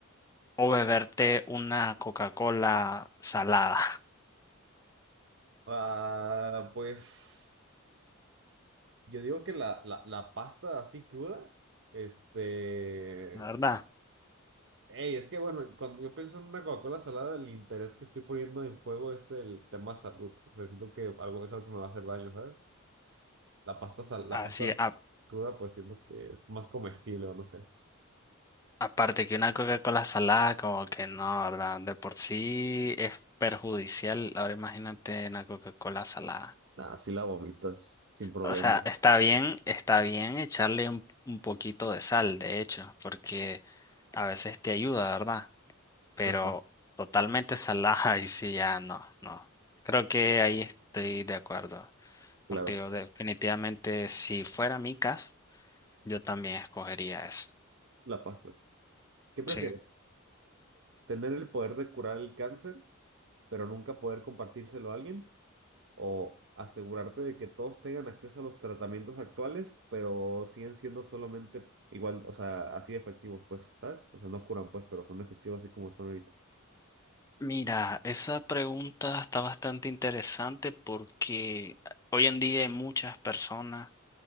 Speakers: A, on the left (about 15°); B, on the right (about 60°).
A: o beberte una Coca-Cola salada,
B: Ah, pues yo digo que la, la, la pasta así cruda, este,
A: <laughs> ¿verdad?
B: Ey, es que bueno, cuando yo pienso en una Coca-Cola salada, el interés que estoy poniendo en juego es el tema salud. O sea, siento que algo es algo que me va a hacer daño, ¿sabes? La pasta sal, la
A: Así,
B: pasta cruda, pues siento que es más comestible o no sé.
A: Aparte que una Coca-Cola salada, como que no, ¿verdad? De por sí es perjudicial. Ahora imagínate una Coca-Cola salada.
B: Ah, sí la vomitas, sin problema.
A: O sea, está bien, está bien echarle un, un poquito de sal, de hecho, porque a veces te ayuda, ¿verdad? Pero
B: Ajá,
A: totalmente salada <laughs> y sí, ya no, no. Creo que ahí estoy de acuerdo
B: claro,
A: contigo. Definitivamente, si fuera mi caso, yo también escogería eso.
B: la pasta. ¿Qué prefieres?
A: Sí.
B: ¿Tener el poder de curar el cáncer, pero nunca poder compartírselo a alguien? o asegurarte de que todos tengan acceso a los tratamientos actuales, pero siguen siendo solamente igual, o sea, así efectivos, pues, ¿sabes? O sea, no curan, pues, pero son efectivos así como son ahorita.
A: Mira, esa pregunta está bastante interesante porque hoy en día hay muchas personas